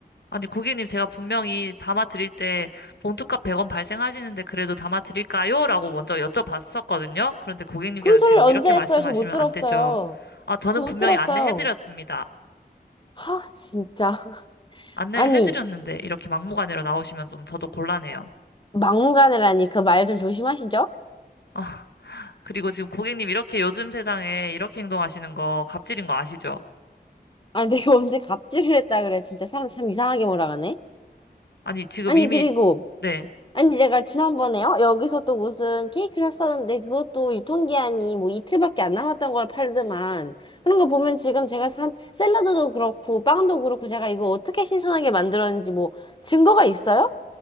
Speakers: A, on the left; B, on the left.
A: 아니, 고객님 제가 분명히 담아드릴 때 봉투값 100원 발생하시는데 그래도 담아드릴까요? 라고 먼저 여쭤봤었거든요. 그런데 고객님께서
B: 그런
A: 지금
B: 소리를 언제
A: 이렇게 말씀하시면
B: 했어요? 저 못 들었어요.
A: 안 되죠. 아, 저는
B: 저 못
A: 분명히
B: 들었어요.
A: 안내해드렸습니다.
B: 하, 진짜. <laughs>
A: 안내를
B: 아니,
A: 해드렸는데 이렇게 막무가내로 나오시면 좀 저도 곤란해요.
B: 막무가내라니, 그 말 좀 조심하시죠?
A: 아, 그리고 지금 고객님 이렇게 요즘 세상에 이렇게 행동하시는 거 갑질인 거 아시죠?
B: 아니, 내가 언제 갑질을 했다 그래. 진짜 사람 참 이상하게 몰아가네.
A: 아니, 지금
B: 아니,
A: 이미,
B: 그리고,
A: 네.
B: 아니, 제가 지난번에, 요 여기서 또 무슨 케이크를 샀었는데, 그것도 유통기한이 뭐 이틀밖에 안 남았던 걸 팔더만. 그런 거 보면 지금 제가 산 샐러드도 그렇고, 빵도 그렇고, 제가 이거 어떻게 신선하게 만들었는지 뭐, 증거가 있어요?